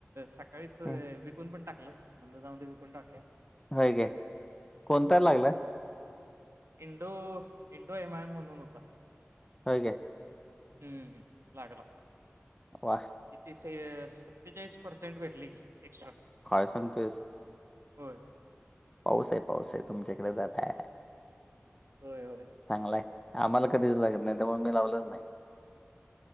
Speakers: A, on the right (about 80°); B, on the left (about 15°).
A: सकाळीच
B: हं,
A: विकून पण टाकलं. मधलं जाऊन विकुन टाकुया.
B: होय काय, कोणता लागला?
A: इंडो इंडो एम आयम म्हणून होता.
B: हो का.
A: हम्म लागला.
B: वाह!
A: किती सत्तेचाळीस पर्सेंट भेटली की एक्स्ट्रा
B: काय सांगतेस.
A: हो
B: पाऊस आहे पाऊस आहे तुमच्याकडे जातय.
A: व्हय
B: चांगलाय आम्हाला कधी लागत नाही त्यामुळे मी लावलंच नाही.